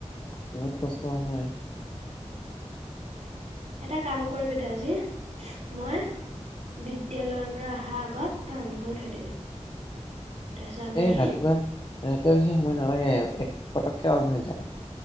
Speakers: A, on the left (about 40°); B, on the right (about 70°).
A: ইমান কষ্ট নহয়।
B: এটা কাম কৰিবি দে আজি মই বিদ্যালয়ৰ পৰা অহা আগত অন কৰি থৈ দিবি। তাৰ পিছত আমি
A: এই
B: আহিম
A: ৰাতিপুৱা ৰাতিপুৱা বেছি সময় নালাগে এক পটককে অন হৈ যায়